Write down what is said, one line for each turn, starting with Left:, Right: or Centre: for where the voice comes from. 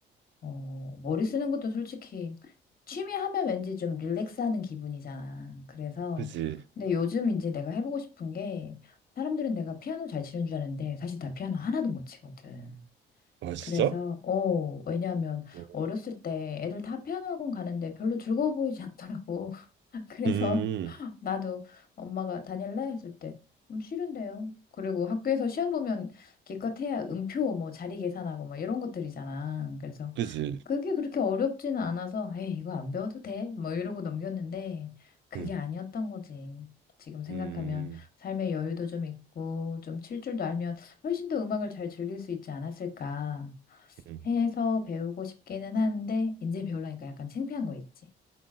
Left: 어, 머리 쓰는 것도 솔직히 취미 하면 왠지 좀 릴렉스하는 기분이잖아. 그래서
Right: 그지?
Left: 근데 요즘 이제 내가 해보고 싶은 게 사람들은 내가 피아노 잘 치는 줄 아는데 사실 나 피아노 하나도 못 치거든.
Right: 아 진짜?
Left: 그래서, 어, 왜냐하면
Right: 어.
Left: 어렸을 때 애들 다 피아노 학원 가는데 별로 즐거워 보이지 않더라고. <laughs> 그래서
Right: 음,
Left: 나도 엄마가 다닐래? 했을 때, 음, 싫은데요. 그리고 학교에서 시험 보면 기껏 해야 음표 뭐 자리 계산하고 막 이런 것들이잖아. 그래서
Right: 그지?
Left: 그게 그렇게 어렵지는 않아서, 에이, 이거 안 배워도 돼. 뭐 이러고 넘겼는데 그게
Right: 응,
Left: 아니었던 거지. 지금 생각하면
Right: 음,
Left: 삶의 여유도 좀 있고 좀 칠 줄도 알면 훨씬 더 음악을 잘 즐길 수 있지 않았을까.
Right: 음, 음.
Left: 해서 배우고 싶기는 한데 이제 배우려니까 약간 창피한 거 있지.